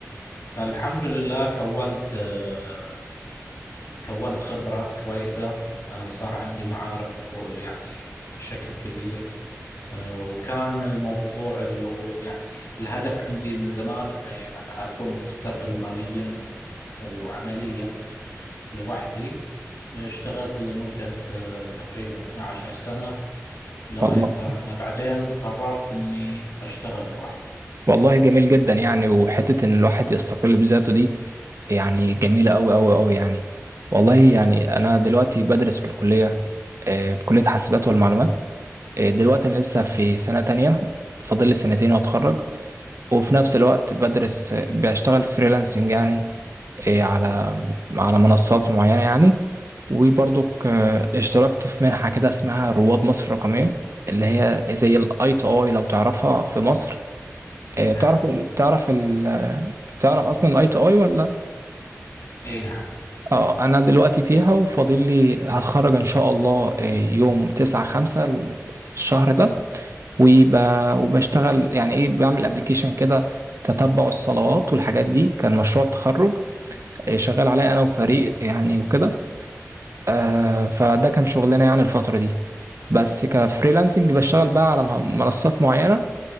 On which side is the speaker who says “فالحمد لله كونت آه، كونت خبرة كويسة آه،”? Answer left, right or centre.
Left